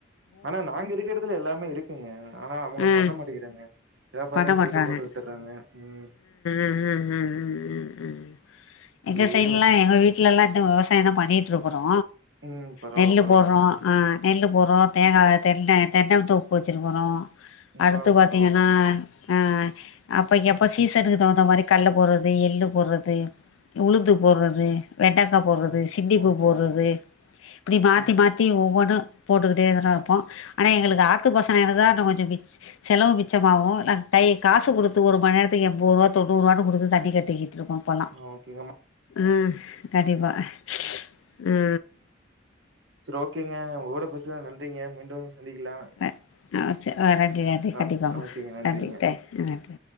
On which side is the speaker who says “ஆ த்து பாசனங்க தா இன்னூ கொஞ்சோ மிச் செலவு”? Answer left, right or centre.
Left